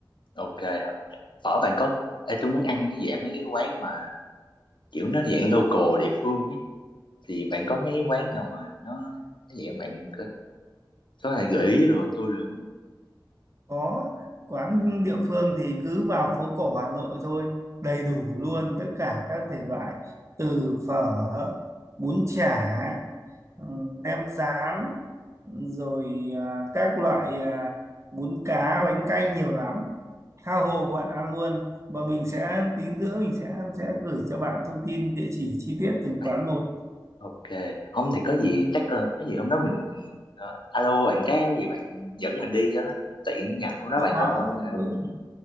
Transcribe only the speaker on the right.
có quán địa phương thì cứ vào phố cổ Hà Nội thôi đầy đủ luôn
tất cả các thể loại từ phở bún chả ừm, nem rán rồi à, các loại à, bún cá bánh canh nhiều lắm tha hồ
bạn ăn luôn và mình sẽ tí nữa mình sẽ sẽ gửi cho bạn thông tin địa chỉ chi tiết từng
quán một
Ừm,
à,
ừ.